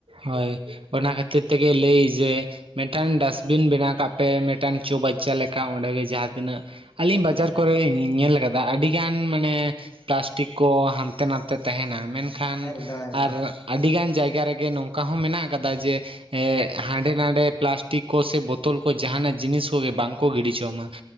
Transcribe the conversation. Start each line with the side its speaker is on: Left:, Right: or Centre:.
Right: ᱦᱳᱭ ᱚᱱᱟ ᱠᱷᱟᱹᱛᱤᱨ ᱛᱮᱜᱮ ᱞᱟᱹᱭ ᱡᱮ ᱢᱮᱜᱴᱟᱝ ᱰᱟᱥᱵᱤᱱ ᱵᱮᱱᱟᱣ ᱠᱟᱜ ᱯᱮ ᱢᱮᱴᱟᱝ ᱪᱳᱵᱟᱪ ᱪᱟ ᱞᱮᱠᱟ
Left: ᱦᱩᱸ
Right: ᱚᱸᱰᱮ ᱜᱮ ᱡᱟᱦᱟᱸ ᱛᱤᱱᱟᱹᱜ ᱟᱹᱞᱤᱧ ᱵᱟᱡᱟᱨ
Left: ᱦᱩᱸ
Right: ᱠᱚᱨᱮ ᱞᱤᱧ ᱧᱮᱞ ᱠᱟᱫ ᱫᱟ ᱟᱹᱰᱤ ᱜᱟᱱ ᱢᱟᱱᱮ ᱯᱞᱟᱥᱴᱤᱠ ᱠᱚ ᱦᱟᱱᱛᱮ ᱱᱟᱱᱛᱮ ᱛᱟᱦᱮᱱᱟ ᱢᱮᱱ ᱠᱷᱟᱱ
Left: ᱮᱠᱫᱚᱢ ᱮᱠᱫᱚᱢ
Right: ᱟᱨ ᱟᱹᱰᱤ ᱜᱟᱱ ᱡᱟᱭᱜᱟ ᱨᱮᱜᱮ ᱱᱚᱝᱠᱟ ᱦᱚᱸ ᱢᱮᱱᱟᱜ ᱟᱠᱟᱫᱟ ᱡᱮ ᱮᱸ ᱦᱟᱸᱰᱮ ᱱᱟᱰᱮ ᱯᱞᱟᱥᱴᱤᱠ ᱠᱚ ᱥᱮ ᱵᱳᱛᱳᱞ ᱠᱚ ᱡᱟᱦᱟᱱᱟᱜ ᱡᱤᱱᱤᱥ ᱠᱚᱜᱮ ᱵᱟᱝ ᱠᱚ ᱜᱤᱰᱤᱪᱚᱟ ᱢᱟ᱾